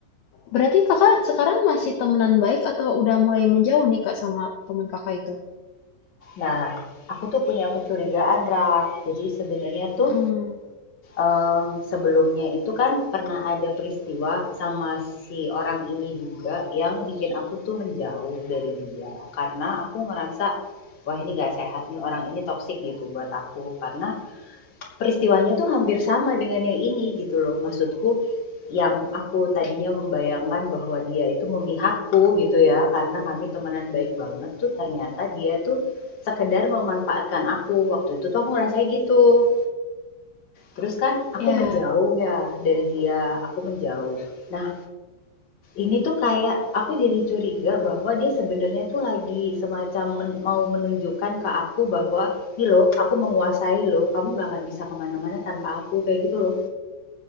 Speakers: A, on the left (about 70°); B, on the left (about 25°).
A: berarti kakak sekarang masih temenan baik atau udah mulai menjauh nih kak sama temen kakak itu?
B: Nah, aku tuh punya kecurigaan, Ra. Jadi sebenarnya tuh
A: Mm.
B: Mmm, sebelumnya itu kan pernah ada peristiwa sama si orang ini juga yang bikin aku tuh menjauh dari dia, karena aku ngerasa, "Wah ini nggak sehat nih, orang ini toksik gitu buat aku. Karena peristiwanya tuh hampir sama dengan yang ini gitu loh. Maksudku, yang aku tadinya membayangkan bahwa dia itu memihakku gitu ya, karena kami temenan baik banget tuh ternyata dia tuh sekedar memanfaatkan aku, waktu itu tuh aku ngerasa gitu. Terus kan aku
A: Ya,
B: menjauh ya dari dia, aku menjauh. Nah, ini tuh kayak aku jadi curiga bahwa dia sebenarnya tuh lagi semacam men- mau menunjukkan ke aku bahwa ini loh, aku menguasai loh, kamu nggak akan bisa kemana-mana tanpa aku, kayak gitu loh.